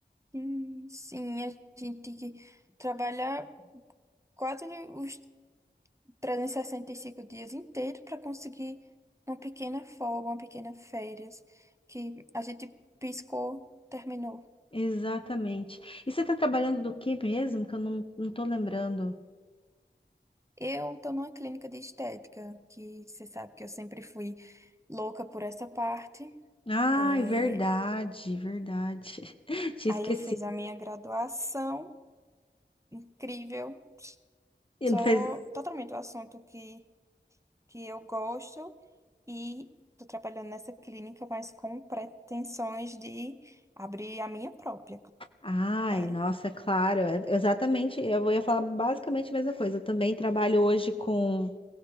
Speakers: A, on the right (about 15°); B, on the left (about 30°).
A: Hum, sim, a gente tem que trabalhar quase os 365 dias inteiros para conseguir uma pequena folga, uma pequena férias, que a gente piscou, terminou.
B: Exatamente. E você está trabalhando do que mesmo? Que eu não, não tô lembrando.
A: Eu tô numa clínica de estética, que você sabe que eu sempre fui louca por essa parte.
B: Ai,
A: É,
B: verdade, verdade. <laughs> Tinha
A: Aí
B: esquecido.
A: eu fiz a minha graduação, incrível,
B: E
A: só
B: não fez-
A: totalmente o assunto que, que eu gosto e tô trabalhando nessa clínica, mas com pretensões de abrir a minha própria,
B: Ai,
A: claro.
B: nossa, é claro. é- Exatamente. Eu ia falar basicamente a mesma coisa. Eu também trabalho hoje com,